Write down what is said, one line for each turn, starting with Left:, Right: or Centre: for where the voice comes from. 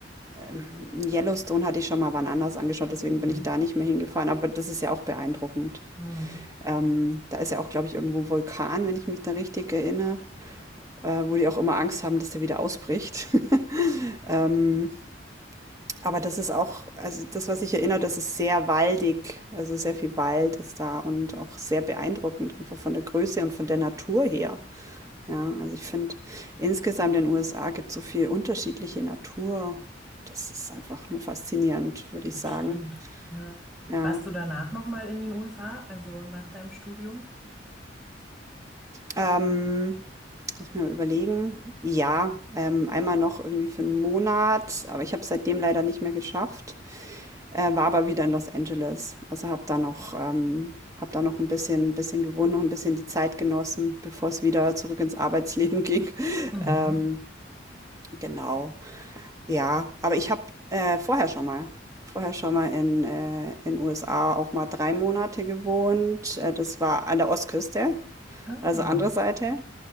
Right: Ähm, Yellowstone hatte ich schon mal wann anders angeschaut, deswegen bin
Centre: Mhm.
Right: ich da nicht mehr hingefahren, aber das ist ja auch beeindruckend.
Centre: Mhm.
Right: Ähm, da ist ja auch, glaube ich, irgendwo ein Vulkan, wenn ich mich da richtig erinnere, äh, wo die auch immer Angst haben, dass der wieder ausbricht. <laughs> Aber das ist auch, also das, was ich erinnere, das ist sehr waldig. Also sehr viel Wald ist da und auch sehr beeindruckend, einfach von der Größe und von der Natur her. Ja, also ich finde, insgesamt in den USA gibt es so viel unterschiedliche Natur. Das ist einfach nur faszinierend, würde ich
Centre: Das
Right: sagen.
Centre: Stimmt. Ja.
Right: Ja.
Centre: Warst du danach noch mal in den USA, also nach deinem Studium?
Right: Ähm, lass mich mal überlegen. Ja, ähm, einmal noch irgendwie für einen Monat, aber ich habe es seitdem leider nicht mehr geschafft. Äh, war aber wieder in Los Angeles. Also habe da noch, ähm, hab da noch ein bisschen, bisschen gewohnt, noch ein bisschen die Zeit genossen, bevor es wieder zurück ins Arbeitsleben ging. <laughs>
Centre: Mhm.
Right: Ähm, genau. Ja, aber ich habe äh, vorher schon mal, vorher schon mal in äh, in USA auch mal drei Monate gewohnt. Äh, das war an der Ostküste,
Centre: Ah.
Right: also andere Seite,